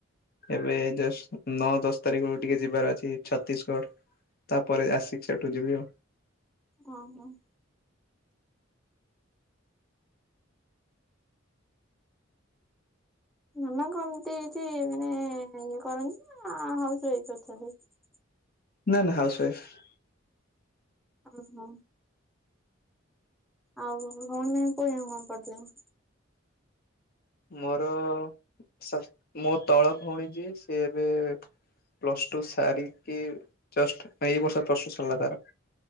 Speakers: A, on the left (about 50°); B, in the centre.
A: ଏବେ ଜଷ୍ଟ ନଅ ଦଶ ତାରିଖରୁ ଟିକେ ଯିବାର ଅଛି ଛତିଶଗଡ। ତାପରେ ଆସିକି ସେଠୁ ଯିବି ଆଉ।
B: ହଁ ହଁ। ମାମା ଏମତି କିଛି ମାନେ ଇଏ କରନ୍ତି ନା ହାଉସ ୱାଇଫ ଅଛନ୍ତି?
A: ନା ନା ହାଉସୱାଇଫ୍।
B: ଓହୋ। ଆଉ ହଣ ନାାଇ କହ କଣ ପଡିଲ <inaudible>
A: ମୋର ସ ମୋ ତଳ ଭଉଣୀ ଯେ ସିଏ ଏବେ ପ୍ଲସ ଟୁ ସାରିକି ଜଷ୍ଟ ଏଇ ବର୍ଷ ପ୍ଲସ ଟୁ ସାରିଲା ତାର।